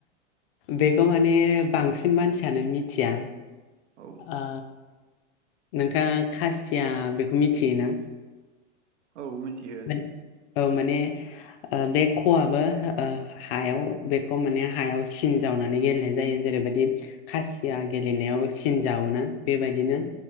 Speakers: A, on the left; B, on the right.
A: बेखौ माने बांसिन मानसियानो मिथिया,
B: औ
A: आ नोंथाङा खासिया बेखौ मिथियोना?
B: औ मिनथियो,
A: मान- औ माने ओ बे खवाबो ओ हायाव बेखौ माने हायाव सिन जावनानै गेलेनाय जायो जेरैबायदि खासिया गेलेनायाव सिन जावोना बेबायदिनो,